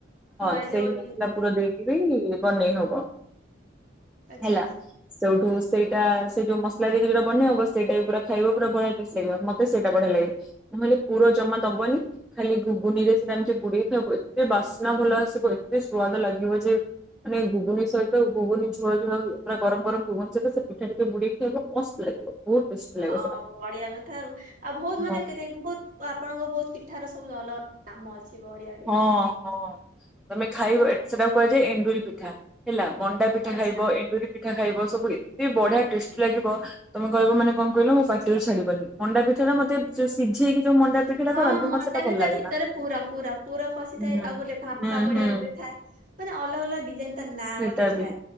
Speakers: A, in the centre; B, on the right (about 45°).
A: ହଁ
B: ଏ ଯୋଉ
A: ସେଇ ମସଲା ପୁରା ଦେଇକି ବି ବନେଇ ହବ।
B: ଆଚ୍ଛା
A: ହେଲା। ସେଇଠୁ ସେଇଟା ସେ ଯୋଉ ମସଲା ଦେଇକି ଯଉଟା ବନେଇ ହବ ସେଇଟା ବି ପୁରା ଖାଇବା ପୁରା ବଢିଆ ଟେଷ୍ଟ ଲାଗିବ ମତେ ସେଇଟା ବଢିଆ ଲାଗେ। ନହେଲେ ପୁର ଜମା ଦବନି ଖାଲି ଗୁଗୁନିରେ ସେଟା ଏମିତି ବୁଡେଇକି ଖାଇବ ଏତେ ବାସ୍ନା ଭଲ ଆସିବ ଏତେ ସୁ୍ୱାଦ ଲାଗିବ ଯେ ମାନେ ଗୁଗୁନି ସହି ଗୁଗୁନୀ ଝୋଳ ଝୋଳ ପୁରା ଗରମ ଗରମ ଗୁଗୁନୀ ସହିତ ସେ ପିଠା ଟିକେ ବୁଡେଇ ଖାଇବ ମସ୍ତ ଲାଗିବ ବହୁତ ଟେଷ୍ଟି ଲାଗେ
B: ହଁ
A: ସେଟା।
B: ବଢିଆ କଥା ଆଉ ଆଉ ବହୁତ ମାନେ
A: ହଁ
B: କେତେ ମୁଁ କହୁଥିଲି ଓ ଆପଣଙ୍କ ବହୁତ ପିଠାର ସବୁ ଦଲ ଦଲ କାମ ଅଛି। ଅଛି ବଢିଆ।
A: ହଁ ହଁ ତମେ ଖାଇବ ସେଟା କୁହାଯାଏ ଏଣ୍ଡୁରି ପିଠା ହେଲା ମ ମଣ୍ଡା ପିଠା
B: ଆଚ୍ଛା
A: ଖାଇବ ଏଣ୍ଡୁରି ପିଠା ଖାଇବ ସବୁ ଏତେ ବଢିଆ ଟେଷ୍ଟି ଲାଗିବ ତମେ କହିବ ମାନେ କଣ କହିଲ ମୋ ପାଟିରୁ ଛାଡିବନି ମଣ୍ଡା ପିଠା ମତେ ଯୋଉ ସିଝେଇକି ଯୋଉ ମଣ୍ଡା ପିଠା ଟା
B: ହଁ
A: କରନ୍ତି
B: ମଣ୍ଡା
A: ମତେ ସେଟା
B: ବି
A: ଭଲ
B: ତା
A: ଲାଗେ
B: ଭିତରେ
A: ନା।
B: ପୁର ପୁର ପୁର ପଶିଥାଏ
A: ହୁଁ।
B: ଆଉ ଗୋଟେ ଭାମ୍ପା
A: ହୁଁ
B: ଭଳିଆ
A: ହୁଁ
B: ଗୋଟେ ଥାଏ ମାନେ ଅଲଗା ଅଲଗା ଡିଜାଇନ ତା ନା
A: ସେଟା
B: ଗୋଟେ ଥାଏ
A: ବି